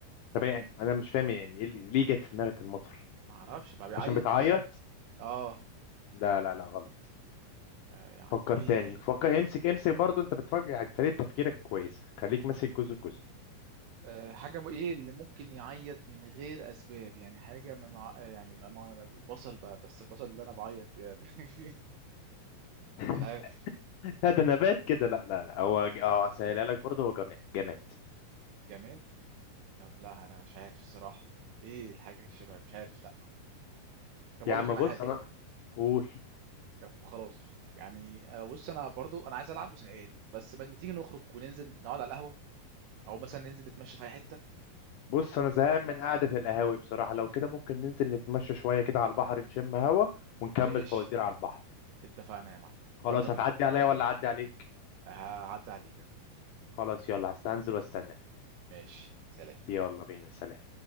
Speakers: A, on the left; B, on the right.
A: طب يعني انا مش فاهم يعني ايه اللي- ليه جت في دماغك المطر
B: ما اعرفش بقى بيعيط
A: عشان بتعيط
B: مثلا اه
A: لا لا لا غلط
B: آه، يعني
A: فكر
B: ايه
A: تاني فكر امسك امسك برضو انت بتفكر يعني طريقة تفكيرك كويس خليك ماسك جزء جزء
B: آه حاجه م- ايه اللي ممكن يعيط من غير اسباب يعني حاجه من ع- آه، يعني ما ما- البصل بقى بس البصل اللي انا بعيط <laughs> بيه.
A: <laughs>
B: مش عارف
A: لا ده نبات كده لا لا لا هو ج- اه هسهلها لك برضو هو جماد جماد
B: جماد طب لا انا مش عارف الصراحه ايه الحاجه الشباب مش عارف لا طب اقول
A: يا عم
B: لك انا
A: بص
B: حاجه
A: انا قول
B: طب خلاص يعني آه، بص انا برضو انا عايز العب وزهقان بس ما ما تيجي نخرج وننزل نقعد على القهوه او مثلا ننزل نتمشى في اي حته
A: بص انا زهقان من قعده القهاوي بصراحه لو كده ممكن ننزل نتمشى شويه كده على البحر نشم هوا ونكمل
B: وماشي
A: فوازير على البحر
B: اتفقنا يا معلم
A: خلاص
B: يلا بينا
A: هتعدي عليا ولا اعدي عليك
B: هعدي عليك أنا.
A: خلاص يلا هستنزل واستناك
B: ماشي سلام
A: يلا بينا سلام